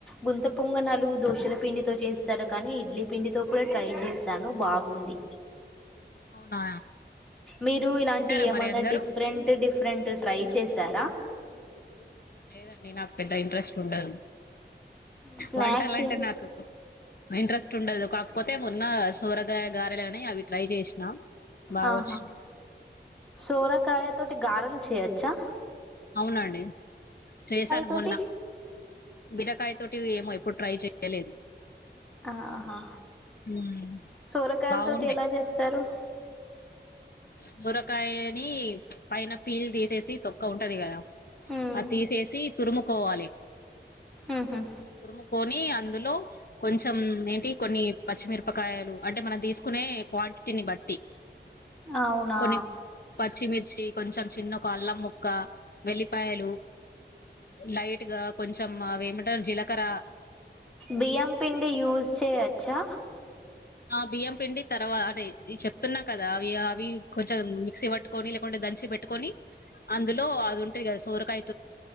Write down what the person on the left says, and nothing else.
అవునా
తిన్నారా
మరి అందరూ
లేదండి నాకు పెద్ద ఇంట్రెస్ట్ దు
వంటాలంటే
నాకు ఇంట్రెస్ట్ ఉండదు పోతే మొన్న సోరగాయ గారెలని అవి ట్రై చేసినా బాగా
వచ్చినాయి
అవునండి చేశాను
మొన్న బిరకాయ తోటి ఏమో ఎప్పుడు ట్రై చెయలేదు
మ్మ్
బాగుండే
సోరకాయని పైన పీలు తీసేసి తొక్క ఉంటది కదా
అది తీసేసి తురుముకోవాలి
తురుముకొని అందులో కొంచెం ఏంటి కొన్ని పచ్చిమిరపకాయలు అంటే మనం తీసుకునే క్వాంటిటీని బట్టి
కొన్ని పచ్చిమిర్చి కొంచెం చిన్న ఒక అల్లం ముక్క వెల్లిపాయలు లైట్ గా కొంచెం అవ ఏమంటారు జీలకర
ఆ బియ్యం పిండి తర్వా అంటే చెప్తున్నా కదా అ అవి కొంచెం మిక్సీ పట్టుకొని లేకుంటే దంచి పెట్టుకొని అందులో అది ఉంటుది కదా సోరకాయ